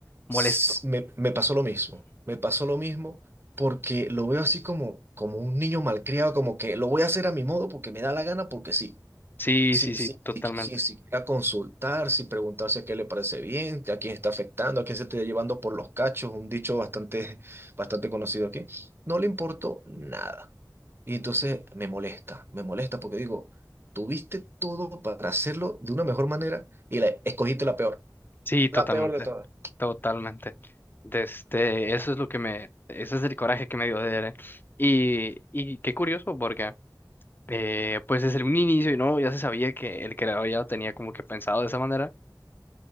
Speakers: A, on the left; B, on the right.
A: molesto.
B: s- Me, me pasó lo mismo, me pasó lo mismo porque lo veo así como, como un niño malcriado, como que lo voy a hacer a mi modo porque me da la gana, porque sí,
A: Sí,
B: sí,
A: sí, sí,
B: sí,
A: totalmente.
B: sí, sí, sin siquiera consultar, sin preguntarse a qué le parece bien, a quién está afectando, a quién se está llevando por los cachos, un dicho bastante, bastante conocido aquí, no le importó nada. Y entonces me molesta, me molesta porque digo, tuviste todo para hacerlo de una mejor manera y la, escogiste la peor,
A: Sí, totalmente.
B: la peor de todas.
A: Totalmente. De este, eso es lo que me, ese es el coraje que me dio de Eren. Y, y qué curioso, porque eh, pues desde un inicio, y no, ya se sabía que el creador ya lo tenía como que pensado de esa manera.